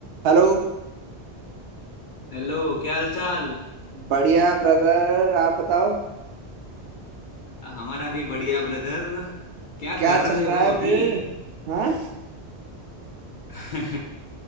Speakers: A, on the right (about 65°); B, on the left (about 50°).
A: Hello
B: हेलो क्या हाल चाल
A: बढ़िया brother आप बताओ
B: हमारा भी बढ़िया ब्रदर क्या
A: क्या
B: कर
A: चल
B: रहे
A: रहा
B: हो
A: है
B: अभी
A: फिर हाँ
B: <laughs>